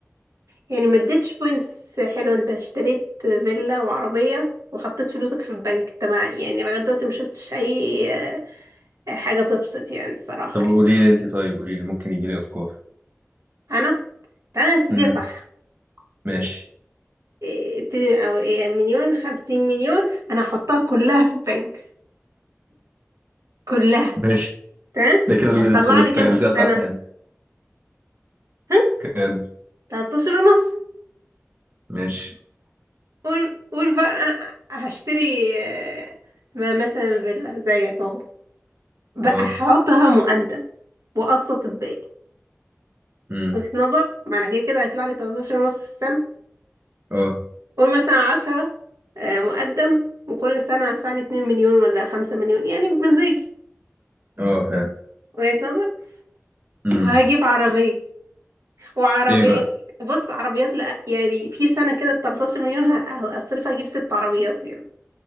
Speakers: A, on the right (about 75°); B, on the right (about 40°).
A: يعني ما اديتش بوينتس حلوه انت اشتريت فيلا وعربيه وحطيت فلوسك في البنك انت ما يعني لغايه دلوقتي ما شفتش اي آه، حاجه تبسط يعني الصراحه
B: طب قولي
A: يعني
B: لي انت طيب قولي لي ممكن يجي لي افكار
A: انا تعالى نبتديها
B: امم
A: صح
B: ماشي
A: إيه، ابتدي او إيه، مليون خمسين مليون انا هحطها كلها في البنك كلها
B: ماشي
A: تمام
B: ده كده اللي
A: هتطلع
B: است- استغلتها
A: لي كام في السنه
B: صح يعني
A: ها
B: كان
A: 13 ونص
B: ماشي
A: قول قول بقى انا هشتري آه، ما- مثلا فيلا زيك اهو بقى
B: اه
A: هحطها مقدم واقسط الباقي
B: امم
A: وجهة نظر معنى كده كده هيطلع لي 13 ونص في السنة
B: اه
A: قول مثلا 10 آه، مقدم وكل سنة هدفع لي 2 مليون ولا 5 مليون يعني بمزاجي
B: اه فعلا
A: وجهة نظر
B: امم
A: وهجيب عربية وعربية
B: ايه بقى
A: بص عربيات لأ يعني في سنة كده ب 13 مليون ه- ه- هصرف اجيب ست عربيات يعني